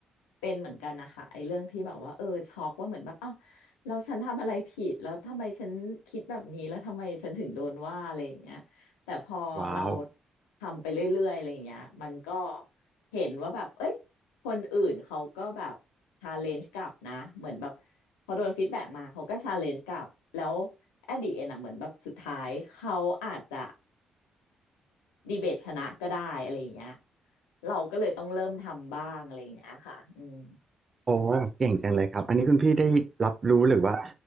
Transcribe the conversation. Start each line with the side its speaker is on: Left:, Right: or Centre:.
Left: เป็นเหมือนกันนะคะไอ้เรื่องที่แบบว่าเออช็อกว่าเหมือนแบบเอ้าแล้วฉันทำอะไรผิดแล้วทำไมฉันคิดแบบนี้แล้วทำไมฉันถึงโดนว่าอะไรอย่างเงี้ยแต่พอเรา
Right: ว้าว
Left: ทำไปเรื่อยๆอะไรอย่างเงี้ยมันก็เห็นว่าแบบเอ้ยคนอื่นเขาก็แบบชาเลนจ์กลับนะเหมือนแบบพอโดนฟีดแบ็กมาเขาก็ชาเลนจ์กลับแล้ว at the end อะเหมือนแบบสุดท้ายเขาอาจจะ ดีเบตชนะก็ได้อะไรอย่างเงี้ยเราก็เลยต้องเริ่มทำบ้างอะไรอย่างเงี้ยค่ะอืม
Right: โอ้เก่งจังเลยครับอันนี้คุณพี่ได้รับรู้หรือว่า